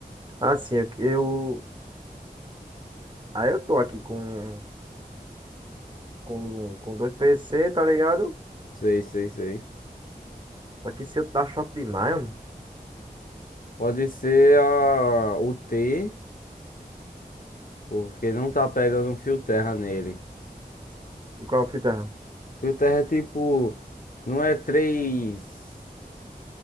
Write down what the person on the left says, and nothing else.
Sei, sei, sei.
Pode ser a... o T, porque não tá pegando um fio terra nele.
Fio terra é tipo, não é três,